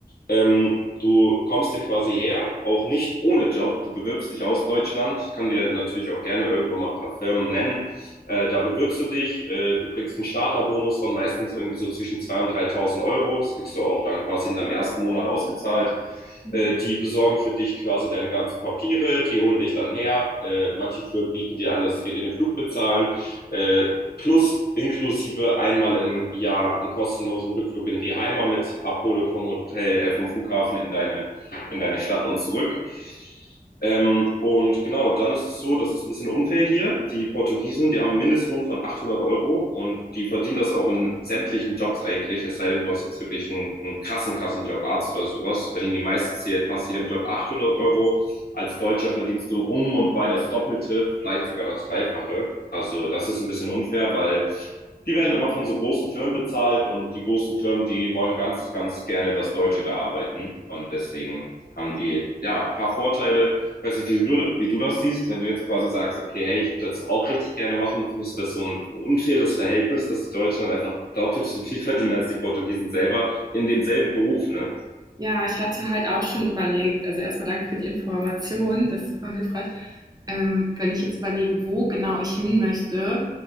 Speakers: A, on the left; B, on the right.
A: Ähm, du kommst hier quasi her, auch nicht ohne Job. Du bewirbst dich aus Deutschland. Ich kann dir natürlich auch gerne irgendwann mal ein paar Firmen nennen äh, da bewirbst du dich, äh, du kriegst einen Starterbonus von meistens irgendwie so zwischen 2.000 und 3.000 Euro. Das kriegst du auch dann quasi in deinem ersten Monat ausgezahlt.
B: Mhm.
A: Äh, die besorgen für dich quasi deine ganzen Papiere, die holen dich dann her. Äh, manche Firmen bieten dir an, dass sie dir den Flug bezahlen. Äh, plus inklusive einmal im Jahr einen kostenlosen Rückflug in die Heimat mit Abholung vom Hotel, äh, vom Flughafen in deine, in deine Stadt und zurück. Ähm, und genau, dann ist es so, das ist ein bisschen unfair hier. Die Portugiesen, die haben einen Mindestlohn von 800 Euro und die verdienen das auch in sämtlichen Jobs eigentlich. Es sei denn, du hast jetzt wirklich einen, einen krassen, krassen Job, Arzt oder sowas, verdienen die meistens hier fast jedem Job 800 Euro. Als Deutscher verdienst du um und bei das Doppelte, vielleicht sogar das Dreifache. Also das ist ein bisschen unfair, weil die werden immer von so großen Firmen bezahlt und die großen Firmen, die wollen ganz, ganz gerne, dass Deutsche da arbeiten. Und deswegen haben die ja ein paar Vorteile. Ich weiß nicht, wie du, wie du das siehst, wenn du jetzt quasi sagst, okay, hey, ich würde das auch richtig gerne machen, findest du das so ein unfaires Verhältnis, dass die Deutschen dann einfach deutlich so viel verdienen als die Portugiesen selber in demselben Beruf, ne?
B: Ja, ich hatte halt auch schon überlegt, also erstmal danke für die Information, das ist super hilfreich. Ähm, wenn ich jetzt überlege, wo genau ich hin möchte,